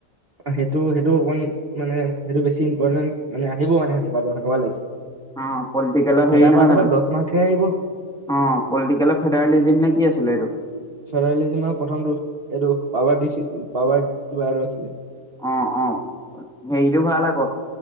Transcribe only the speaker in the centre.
অ পলিটিকেলৰ হেৰি
নহয়
জানো
অ পলিটিকেলৰ ফেডাৰেলিজিম নে কি আছিলে এইটো
অ', অ', হেৰিতটো ভাল আকৌ